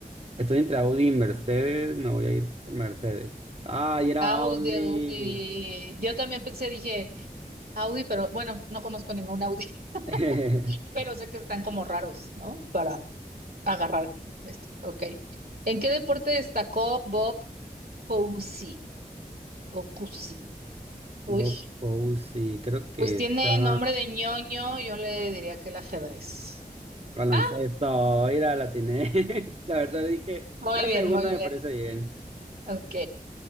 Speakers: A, on the right; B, on the right.
A: estoy entre Audi y Mercedes. Me voy a ir por Mercedes. ¡Ay, era
B: Audi,
A: Audi!
B: Audi. Yo también pensé, dije Audi, pero bueno, no conozco ningún Audi,
A: <laughs>
B: <laughs> pero sé que están como raros, ¿no? Para Agarrar. con Este, ok. ¿En qué deporte destacó Bob Cousy? O Cousy.
A: Bob
B: Uy,
A: Fousey, creo que
B: pues tiene
A: está
B: nombre de ñoño, yo le diría que el ajedrez.
A: baloncesto.
B: Ah,
A: Mira, la tiene. <laughs> La verdad dije,
B: muy
A: la
B: bien,
A: segunda
B: muy
A: me
B: bien.
A: parece bien.
B: Ok.